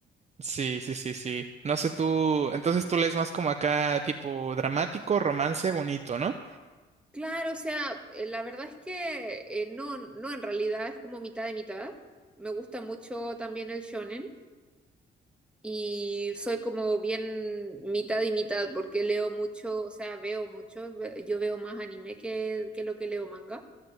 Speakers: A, on the right (about 35°); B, in the centre.
A: Sí, sí, sí, sí. No sé tú, entonces tú lees más como acá tipo dramático, romance, bonito, ¿no?
B: Claro, o sea, eh, la verdad es que eh, no, no en realidad, es como mitad de mitad. Me gusta mucho también el shonen y soy como bien mitad y mitad porque leo mucho, o sea, veo mucho, ve- yo veo más anime que, que lo que leo manga,